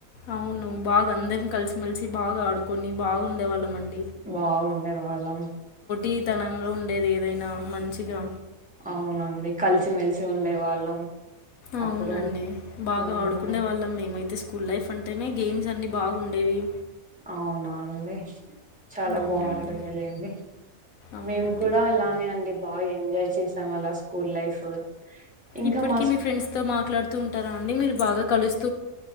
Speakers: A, on the left; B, in the centre.
A: అవును బాగా అందరం కలిసి మెల్సి బాగా ఆడుకొని బాగుండేవాళ్ళం అండి
B: బాగుండే వాళ్ళం
A: ఇ తనంగా ఉండేది ఏదైనా మంచిగా
B: అవునండి కలిసిమెలిసి ఉండే వాళ్ళం.
A: అవునండి
B: అప్పుడు
A: బాగా
B: మ్మ్
A: ఆడుకునే వాళ్ళం మేమైతే స్కూల్ లైఫ్ అంటేనే గేమ్స్ అన్ని బాగుండేవి.
B: అవునానండి చాలా
A: అవునండి.
B: బాగుంటుంది లెండి.
A: అవునండి.
B: మేము కూడా అలానే అండి బాగా ఎంజాయ్ చేసాం అలా స్కూల్ లైఫ్ ఇంకా
A: ఇప్పటికీ
B: మా స్కూ
A: మీ ఫ్రెండ్స్ తో మాట్లాడు తుంటార అండి మీరు బాగ కలుస్తు